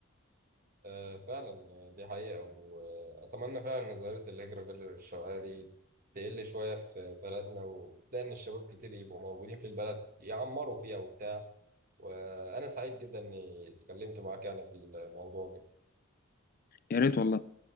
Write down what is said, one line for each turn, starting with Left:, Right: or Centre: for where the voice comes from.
Right: آه، فعلا دي حقيقة وأتمنى فعلا إن ظاهرة الهجرة غير الشرعية دي تقل شوية في بلدنا وتلاقي إن الشباب كتير يبقوا موجودين في البلد يعمروا فيها وبتاع وأنا سعيد جدا إني اتكلمت معاك يعني في الموضوع ده
Left: يا ريت والله